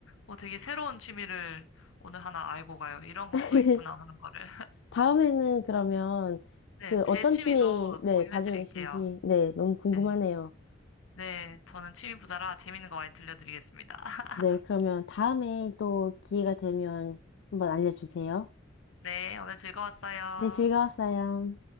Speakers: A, on the left; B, on the left.
A: 어, 되게 새로운 취미를 오늘 하나 알고 가요. 이런
B: <laughs>
A: 것도 있구나 하는 거를.
B: 다음에는 그러면
A: 네,
B: 그
A: 제
B: 어떤
A: 취미도
B: 취미, 네,
A: 공유해
B: 가지고
A: 드릴게요.
B: 계신지, 네, 너무 궁금하네요.
A: 네, 네, 저는 취미 부자라 재밌는 거 많이 들려드리겠습니다. <laughs>
B: 네, 그러면 다음에 또 기회가 되면 한번 알려주세요.
A: 네, 오늘 즐거웠어요.
B: 네, 즐거웠어요.